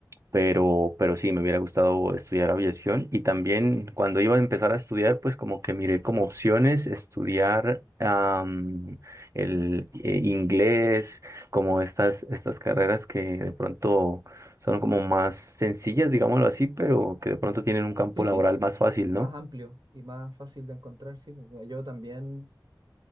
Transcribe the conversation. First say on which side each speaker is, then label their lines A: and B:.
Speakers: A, on the right; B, on the right.
A: pero, pero sí, me hubiera gustado estudiar aviación y también cuando iba a empezar a estudiar, pues como que miré como opciones estudiar am, el eh, inglés, como estas, estas carreras que de pronto son como más sencillas, digámoslo así, pero que de pronto tienen un campo
B: Sí,
A: laboral
B: sí.
A: más fácil,
B: Más
A: ¿no?
B: amplio y más fácil de encontrar, sí. pues, Yo también